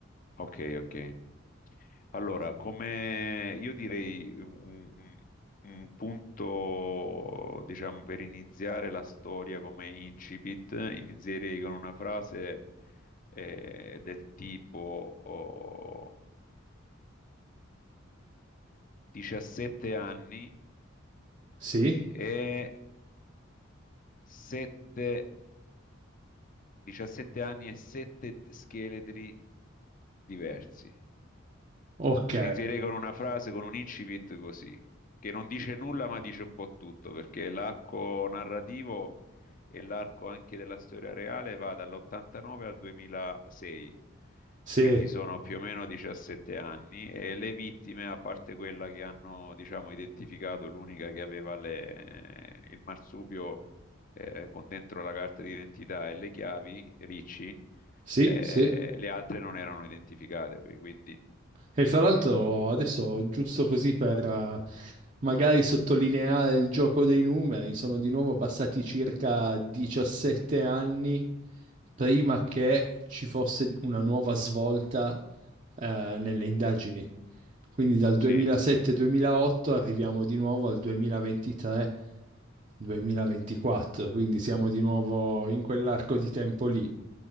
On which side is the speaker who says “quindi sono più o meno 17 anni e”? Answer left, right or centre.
Left